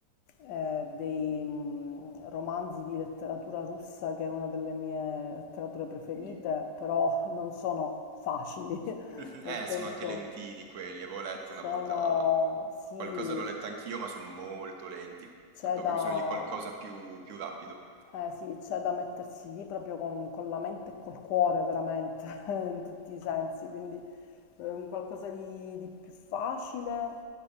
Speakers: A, on the left (about 85°); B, on the right (about 65°).
A: eh, dei mm, romanzi di letteratura russa, che è una delle mie letterature preferite,
B: Uh.
A: però non sono facili, <laughs>
B: <laughs>
A: nel
B: Eh,
A: senso
B: sono anche lentini quelli, avevo letto
A: sono,
B: una volta.
A: sì,
B: Qualcosa l'ho letta anch'io, ma sono molto lenti.
A: c'è
B: Ho proprio
A: da,
B: bisogno di qualcosa più, più rapido.
A: Eh sì, c'è da mettersi lì proprio con, con la mente e col cuore veramente, <laughs> in tutti i sensi, quindi eh, un qualcosa di, di più facile,